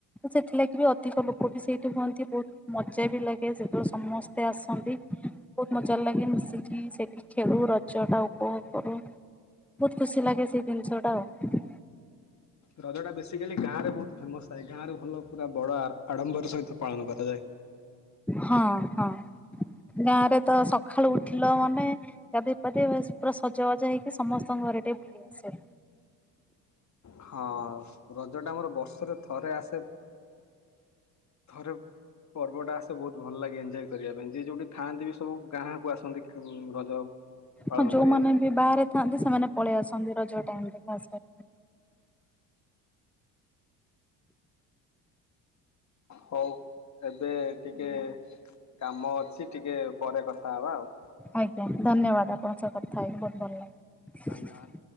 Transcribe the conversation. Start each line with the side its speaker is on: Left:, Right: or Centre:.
Centre: ସେଥିଲାଗି ବି ଅଧିକ ଲୋକ ବି ସେଇଠି ହୁଅନ୍ତି ବହୁତ ମଜା ବି ଲାଗେ ସେତେବେଳେ ସମସ୍ତେ ଆସନ୍ତି ବହୁତ ମଜା ଲାଗେ ମିଶିକି ସେଠି ଖେଳୁ ରଜ ଟା ଉପଭୋଗ କରୁ। ବହୁତ ଖୁସି ଲାଗେ ସେଇ ଜିନିଷଟା ଆଉ।
Left: ରଜ ଟା ବେସିକାଲି ଗାଁ ରେ ବହୁତ ଫେମସ ଥାଏ ଗାଁରେ ଭଲ ପୁରା ବଡ ଆ ଆଡ଼ମ୍ବର ସହିତ ପାଳନ କରାଯାଏ।
Centre: ହଁ ହଁ। ଗାଁ ରେ ତ ସକାଳୁ ଉଠିଲ ମାନେ ଗାଧୋଇ ପାଧେଇ ଭଲ ପୁରା ସଜବାଜା ହେଇକି ସମସ୍ତେ ତାଙ୍କ ଘରେ ଟିକେ ବୁଲି ଆସେ ହାରି
Left: ହଁ ରଜ ଟା ଆମର ବର୍ଷରେ ଥରେ ଆସେ ଥରେ ପର୍ବଟା ଆସ ସେ ବହୁତ ଭଲ ଲାଗେ ଏଞ୍ଜୟ କରିବା ପାଇଁ ଯିଏ ଯୋଉଠି ଥାଆନ୍ତି ବି ସବୁ ଗାଁକୁ ଆସନ୍ତି ମଁ ରଜ ପାଳନ
Centre: ହଁ ଯୋଉମାନେ
Left: କରିବା ପାଇଁ
Centre: ବି ବାହାରେ ଥାଆନ୍ତି ସେମାନେ ପଳେଇ ଆସନ୍ତି ରଜ ଟାଇମରେ ଖାସ୍ କରିକି।
Left: ହଉ ଏବେ ଟିକେ କାମ ଅଛି ଟିକେ ପରେ କଥା ହବା ଆଉ।
Centre: ଆଜ୍ଞା ଧନ୍ୟବାଦ ଆପଣଙ୍କ ସହ କଥା ହେଇକି ବୋହୁତ ଭଲ ଲାଗିଲା।
Left: ଧନ୍ୟବାଦ।